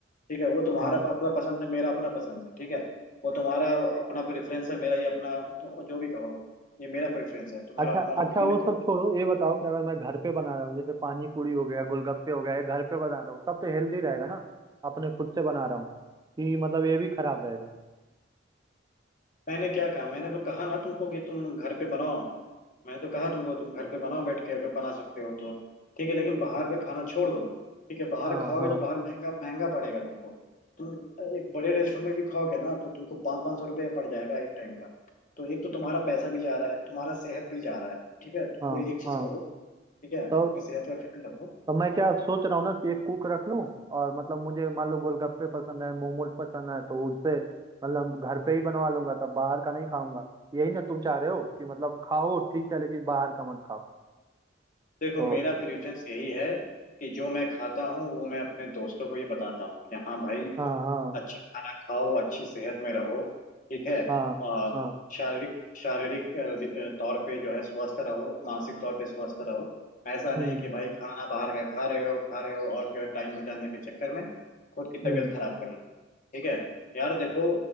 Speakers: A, on the left (about 45°); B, on the right (about 20°).
A: ठीक है वो तुम्हारा
B: हाँ
A: अपना पसंद है मेरा अपना पसंद है ठीक है वो तुम्हारा अपना प्रेफरेंस है मेरा ये अपना तो जो भी कहो ये मेरा प्रेफरेंस है तुम्हारा
B: अच्छा
A: अपना
B: अच्छा
A: ओपिनियन
B: वो सब छोड़ो ये बताओ कि अगर मैं घर पे बना रहा हूँ जैसे पानी पूरी हो गया गोलगप्पे हो गया ये घर पे बना रहा हूँ तब तो हेल्दी रहेगा ना अपने खुद से बना रहा हूँ कि मतलब ये भी खराब रहेगा
A: मैंने क्या कहा मैंने तो कहा ना तुमको कि तुम घर पे बनाओ मैंने तो कहा तुमको तुम घर पे बनाओ बैठ के अगर बना सकते हो तो ठीक है लेकिन बाहर का खाना छोड़ दो ठीक है बाहर
B: हाँ
A: खाओगे
B: हाँ
A: तो बाहर महंगा महंगा पड़ेगा तुमको तुम एक बड़े रेस्टोरेंट में भी खाओगे ना तो तुमको पाँच पाँच सौ रुपये पड़ जाएगा एक टाइम का तो एक तो तुम्हारा पैसा भी जा रहा है तुम्हारा सेहत भी जा रहा है ठीक है तो
B: हाँ
A: कोई एक चीज
B: हाँ
A: करो ठीक है अपनी
B: तो
A: सेहत का ख्याल रखो
B: तो मैं क्या सोच रहा हूँ ना कि एक कुक रख लूँ और मतलब मुझे मान लो गोलगप्पे पसंद है मोमोज पसंद है तो उनसे मतलब घर पे ही बनवा लूंगा तब बाहर का नहीं खाऊंगा यही ना तुम चाह रहे हो कि मतलब खाओ ठीक है लेकिन बाहर का मत खाओ
A: देखो
B: तो
A: मेरा प्रेफरेंस यही है कि जो मैं खाता हूँ वो मैं अपने दोस्तों को ये बताता हूँ कि हाँ भाई
B: हाँ हाँ
A: अच्छा खाना खाओ अच्छी सेहत में रहो ठीक है
B: हाँ
A: और
B: हाँ
A: शारीरिक शारीरिक अ, वि- अ, तौर पे जो है स्वस्थ रहो मानसिक तौर पे स्वस्थ रहो ऐसा नहीं
B: हम्म
A: कि भाई खाना बाहर का खा रहे हो खा रहे हो और जो है टाइम बचाने के चक्कर में खुद की तबीयत
B: हम्म
A: खराब कर ली ठीक है यार देखो